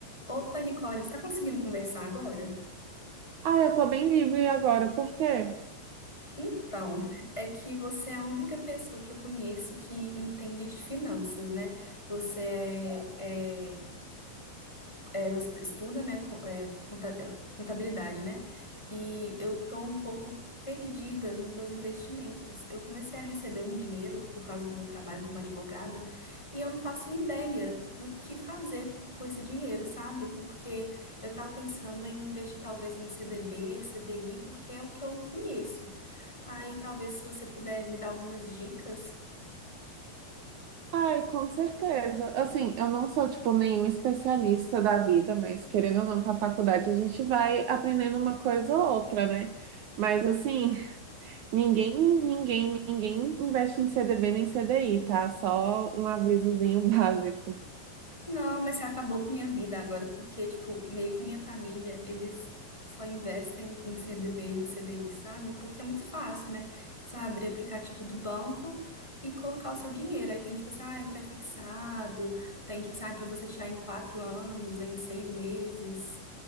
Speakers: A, in the centre; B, on the right.
A: Opa, Nicole, está conseguindo conversar agora?
B: Ah, eu tô bem livre agora, por quê?
A: Então, é que você é a única pessoa que eu conheço que entende de finanças, né? Você é, é, é, você estuda, né, co- é, conta- é, contabilidade, né? E eu tô um pouco perdida nos meus investimentos. Eu comecei a receber um dinheiro por causa do meu trabalho como advogada e eu não faço ideia do que fazer com esse dinheiro, sabe? Porque eu tava pensando em investir talvez em CDB, CDI, porque é o que eu conheço. Aí talvez se você puder me dar algumas dicas.
B: Ai, com certeza. Assim, eu não sou, tipo, nenhum especialista da vida, mas querendo ou não, com a faculdade a gente vai aprendendo uma coisa ou outra, né? Mas, assim, <laughs> ninguém, ninguém, ninguém investe em CDB nem CDI, tá? Só um avisozinho <laughs> básico.
A: Não, mas você acabou com minha vida agora, porque, tipo, meio que minha família, eles só investem em CDB, em CDI, sabe? Porque é muito fácil, né? Só abrir aplicativo do banco e colocar o seu dinheiro. Aí tem, tipo assim, ai, pré-fixado, tem, tipo assim, ai, pra você tirar em quatro anos, em seis meses.